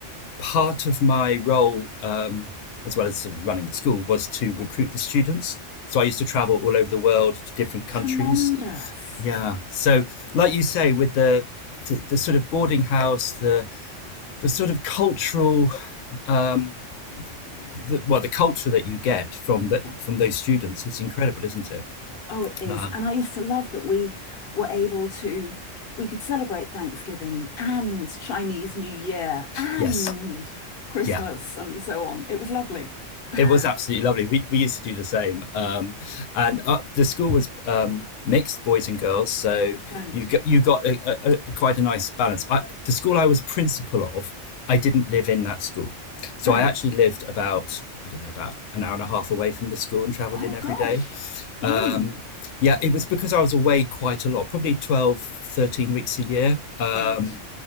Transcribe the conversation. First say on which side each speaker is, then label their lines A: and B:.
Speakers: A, on the left; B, on the left.
A: part of my role, um, as well as sort of running the school, was to recruit
B: Yeah.
A: the students. So I used to travel all over the world to different countries.
B: Tremendous.
A: Yeah. So, like you say, with the the, the sort of boarding house, the the sort of cultural, um, the, well, the culture that you get from the
B: Yeah.
A: from those students, it's incredible, isn't it?
B: Oh, it is.
A: Um,
B: And I used to love that we were able to, we could celebrate Thanksgiving and Chinese New Year and
A: yes.
B: Christmas
A: Yeah.
B: and so on. It was lovely.
A: It was
B: <laughs>
A: absolutely lovely. We, we used to do the same. Um, and uh, the school was um, mixed boys and girls. So
B: Right,
A: you got, you got a, a, a, quite a nice balance. I, the school I was principal of, I didn't live in that school. So
B: right.
A: I actually lived about, I don't know, about an hour and a half away from the school and traveled
B: Oh,
A: in every
B: gosh.
A: day. Um,
B: Mm,
A: yeah, it was because I was away quite a lot, probably 12 13 weeks a year. Um,
B: right.